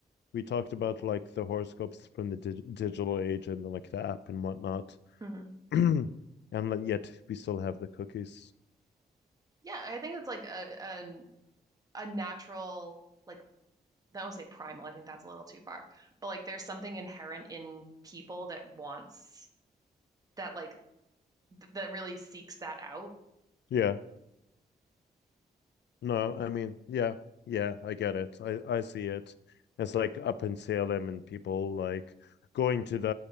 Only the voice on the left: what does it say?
we talked about like the horoscopes from the dig- digital age and like the app and whatnot,
<clears throat> and like, yet we still have the cookies.
Yeah, No, I mean, yeah, yeah, I get it. I I see it. It's like up in Salem and people like going to the